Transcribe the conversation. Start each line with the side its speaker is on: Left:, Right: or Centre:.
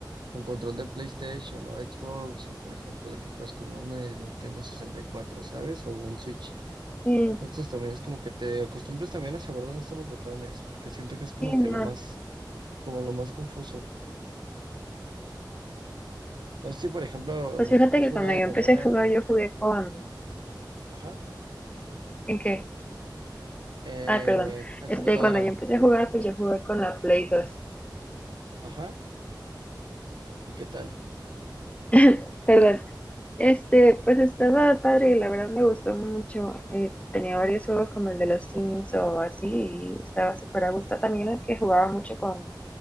Right: con control de PlayStation o Xbox, o por ejemplo de que juegas con uno de Nintendo sesenta y cuatro ¿sabes? O un Switch.
Left: Sí,
Right: Entonces también es como que te acostumbres también a saber dónde están los botones, porque siento que es como
Left: sí, no.
Right: que lo más como lo más confuso. No sé si, por ejemplo, a
Left: Pues
Right: lo mejor
Left: fíjate
Right: tú has
Left: que
Right: jugado
Left: cuando yo empecé
Right: también
Left: a
Right: en,
Left: jugar, yo jugué con...
Right: ajá,
Left: ¿En qué?
Right: eh,
Left: Ah, perdón.
Right: en
Left: Este,
Right: computadora,
Left: cuando yo empecé a jugar, pues yo jugué con la Play dos
Right: ajá, ¿y qué tal?
Left: <laughs> Perdón. Este, pues estaba padre, la verdad me gustó mucho. Eh, tenía varios juegos como el de los Sims o así, y estaba súper a gusto. También el que jugaba mucho con,